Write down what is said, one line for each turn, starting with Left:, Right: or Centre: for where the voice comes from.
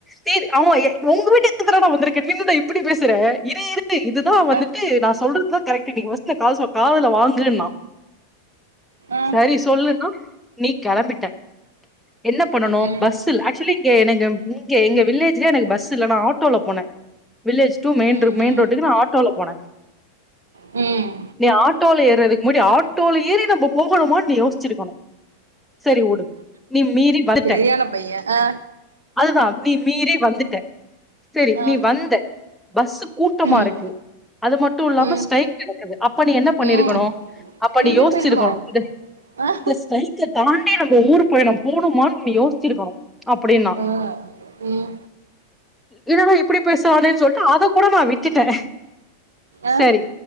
Centre: தெரி அவ உங்க வீட்டுக்கு தானடா வந்திருக்கே நீ என்னடா இப்டி பேசுற இரு இரு இதுதா வந்துட்டு
Right: அ
Centre: நா சொல்ற துதா கரெக்ட்டு நீ ஃபஸ்டு கால்ஸா காதுல வாங்கு ன்னா
Right: அ
Centre: சரி சொல்லுனா நீ கெளம்பிட்ட என்ன பண்ணனு
Right: ம்
Centre: பஸ் இல்ல ஆக்சுலி இங்க எனக்கு இங்க எங்க வில்லேஜ்லயே எனக்கு பஸ் இல்ல நா ஆட்டோல போனே வில்லேஜ் டூ மெயின்ரு
Right: ம்
Centre: மெயின்
Right: ம்
Centre: ரோட்டுக்கு நா ஆட்டோல போனே
Right: ம்
Centre: நீ ஆட்டோல ஏறதுக்கு முன்னடி ஆட்டோல ஏறி நம்ம போகணுமானு நீ யோசிச்சிருக்கணு சரி உடு நீ மீறி வந்துட்ட
Right: செரியான பைய அ
Centre: அதுதா நீ மீறி வந்துட்ட செரி
Right: அ
Centre: நீ வந்த பஸ்ஸு கூட்டமா
Right: ம்
Centre: இருக்கு அது மட்டு இல்லாம
Right: ம்
Centre: ஸ்ரைக் நடக்குது அப்ப நீ என்ன பண்ணிருக்கணு
Right: ம்
Centre: அப்ப
Right: வீட்டுக்கு
Centre: நீ யோசிச்சிருக்கணு
Right: போயிருக்கணு
Centre: இந்த
Right: அ
Centre: இந்த ஸ்ரைக்க தாண்டி நம்ம ஊர் பயணம் போணுமான்னு நீ யோசிச்சிருக்கணு அப்டின்னா
Right: அ ம்
Centre: இதென்னா இப்டி பேசுரானேன்னு சொல்ட்டு அத கூட நா விட்டுட்டே
Right: அ
Centre: சரி